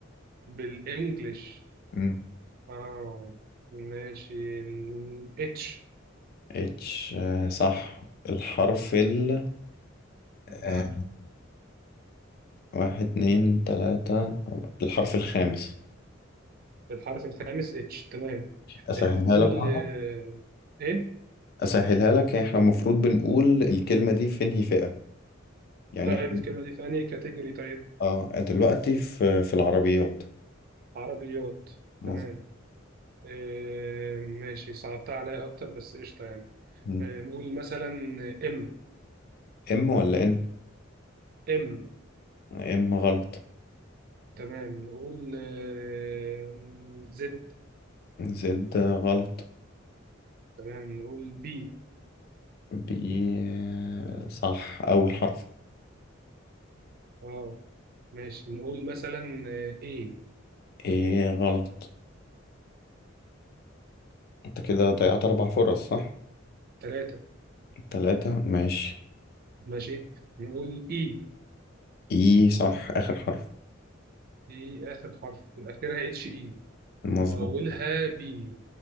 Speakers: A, on the right; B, on the left.
A: بالانجلش
B: مم.
A: اه ماشي اتش
B: اتش آه صح الحرف ال آه،
A: آه.
B: واحد اتنين تلاتة أربعة. الحرف الخامس
A: الحرف الخامس اتش تمام
B: أسهلها
A: آه، نقول
B: لك برضه
A: آه، ايه
B: أسهلها لك يعني إحنا المفروض بنقول الكلمة دي في انهي فئة يعني
A: طيب
B: إحنا
A: الكلمة دي في أنهي كاتيجوري طيب
B: آه دلوقتي في في العربيات
A: عربيات
B: مظبوط
A: تمام آه، ماشي صعبتها عليا أكتر بس قشطة يعني
B: مم.
A: آه، نقول مثلا إم
B: إم ولا إن؟
A: إم
B: إم غلط
A: تمام نقول آه، زد
B: زد غلط
A: تمام نقول بي
B: بي صح أول حرف
A: أه ماشي نقول مثلا إيه
B: إيه غلط أنت كده ضيعت أربع فرص صح؟
A: تلاتة.
B: تلاتة ماشي
A: ماشي نقول اي
B: إيه صح آخر حرف
A: اي اخر حرف اخرها اتش اي
B: مظبوط
A: واولها بي